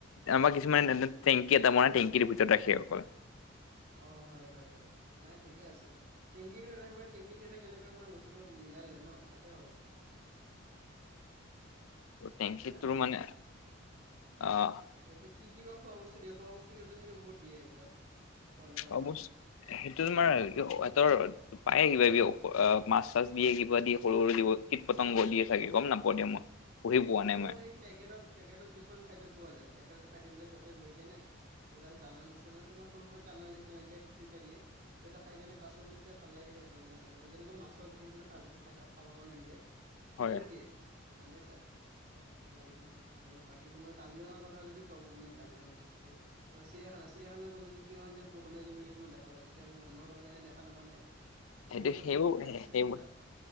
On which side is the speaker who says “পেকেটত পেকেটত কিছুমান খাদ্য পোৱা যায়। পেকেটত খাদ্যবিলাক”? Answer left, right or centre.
Right